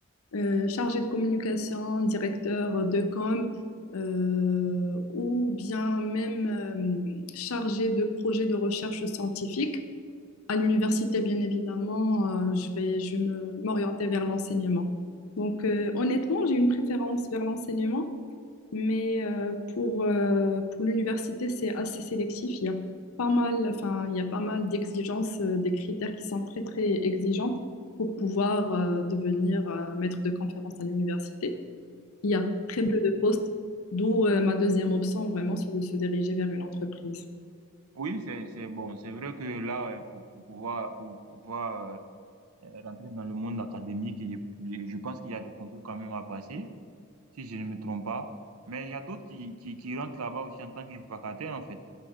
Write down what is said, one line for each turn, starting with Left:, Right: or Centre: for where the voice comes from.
Left: euh, chargé de communication, directeur de com, euh, ou bien même euh, chargé de projet de recherche scientifique. À l'université, bien évidemment, euh, je vais, je vais me- m'orienter vers l'enseignement. Donc, euh, honnêtement, j'ai une préférence vers l'enseignement mais euh, pour, euh, pour l'université, c'est assez sélectif. Il y a pas mal, enfin, il y a pas mal d'exigences, euh, des critères qui sont très, très exigeants pour pouvoir euh, devenir euh, maître de conférence à l'université. Il y a très peu de postes, d'où euh, ma deuxième option, vraiment, c'est de se diriger vers une entreprise.
Right: Oui, c'est, c'est bon. C'est vrai que là, euh, pour, pour pouvoir, pour pouvoir euh, euh, rentrer dans le monde académique. et Je, je pense qu'il y a des concours quand même à passer, si je ne me trompe pas. Mais il y a d'autres qui, qui, qui rentrent là-bas aussi en tant que vacataires, en fait